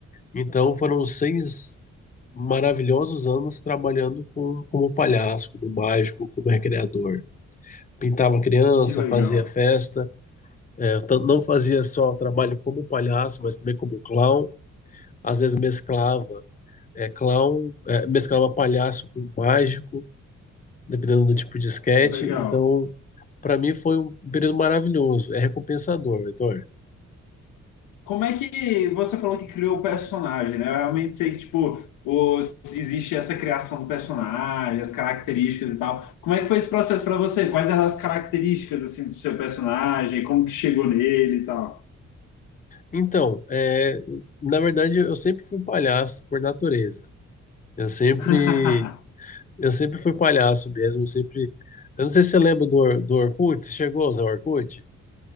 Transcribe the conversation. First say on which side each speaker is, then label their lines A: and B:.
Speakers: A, on the left; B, on the left.
A: Então foram seis maravilhosos anos trabalhando com, como palhaço, como mágico, como recreador. Pintava criança,
B: Que legal,
A: fazia festa, é, tan- não fazia só trabalho como palhaço, mas também como clown. Às vezes mesclava é, clown, é, mesclava palhaço com mágico, dependendo do tipo de esquete.
B: legal.
A: Então, para mim foi um período maravilhoso, é recompensador, Heitor.
B: Como é que você falou que criou o personagem, né? Eu realmente sei que, tipo, os, existe essa criação do personagem, as características e tal. Como é que foi esse processo para você? Quais eram as características, assim, do seu personagem? Como que chegou nele e tal?
A: Então, é, na verdade, eu sempre fui palhaço por natureza. Eu sempre,
B: <laughs>
A: eu sempre fui palhaço mesmo. eu Sempre. Eu não sei se você lembra do, Or- do Orkut. Você chegou a usar o Orkut?